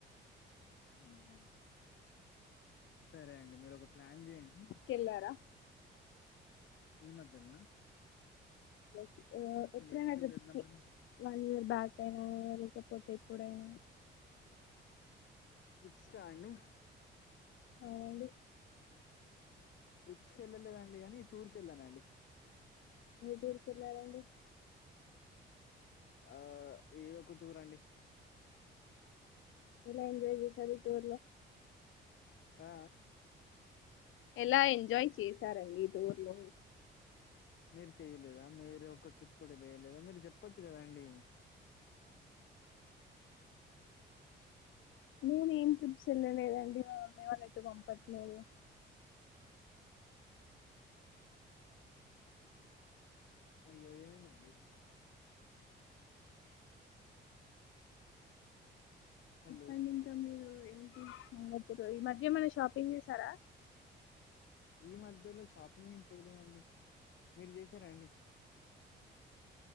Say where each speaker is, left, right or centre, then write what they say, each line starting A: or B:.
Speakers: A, on the left; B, on the left.
A: అయ్యో అండి సరే అండి మీరు ఒక ప్లాన్ చేయండి
B: వెళ్లారా
A: ఈ మధ్యల్నా
B: <unintelligible> ఓ ఎప్పుడైనా
A: ఇప్పుడే
B: జిప్స్
A: వెళ్దామని
B: కి వన్ ఇయర్ బ్యాక్ అయినా లేకపోతే ఎప్పుడైనా
A: జిప్స్ కా అండి
B: అవునండి
A: ట్రిప్స్ కి వెళ్ళలేదండి కానీ టూర్ కి వెళ్ళానండి
B: ఏ టూర్ కి వెళ్లారండి
A: ఆ ఏదో కొట్టుకురండి
B: ఎలా ఎంజాయ్ చేశారు టూర్ లో
A: ఆ
B: ఎలా ఎంజాయ్ చేసారండి ఈ టూర్ లో
A: మీరు చెయ్యలేదా మీరు ఒక ట్రిప్ కూడా వేయలేదా మీరు చెప్పొచ్చు కదా అండి
B: నేను ఏం ట్రిప్స్ వెళ్ళలేదండి మా మామ్మీ వాళ్ళు ఎట్తే పంపట్లేదు
A: అయ్యో ఏమైందండి హలో
B: చెప్పండి ఇంకా మీరు ఏంటిరు ఈ మధ్య ఏమైనా షాపింగ్ చేసారా
A: ఈ మధ్యలో షాపింగ్ ఏం చేయలేదండి మీరు చేసారా అండి